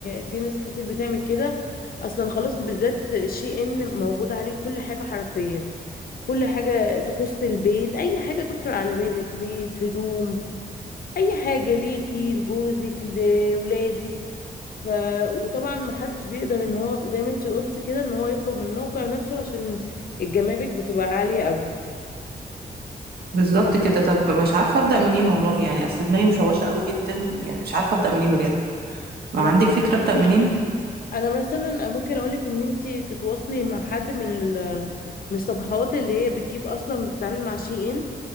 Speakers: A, on the left; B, on the right.
A: في ناس كتير بتعمل كده اصلا خلاص بالذات الشي ان موجود عليه كل حاجة حرفيا كل حاجة تخص البيت اي حاجة تخطر على بالك بيت هدوم اي حاجه ليكي لجوزك لولادك ف وطبعا ما حدش بيقدر ان هو زي ما انت قلتي كده ان هو يطلب من الموقع نفسه عشان الجمارك بتبقى عاليه قوي
B: بالظبط
A: فأنا-
B: كده طب مش عارفه ابدا منين والله يعني اصل دماغي مشوشه قوي جدا يعني مش عارفه ابدا منين بجد ما
A: ما-
B: عندك فكره ابدا منين
A: انا مثلا ممكن اقولك ان انت تتواصلي مع حد من ال- من الصفحات اللي هي بتجيب اصلا بتتعامل مع شي ان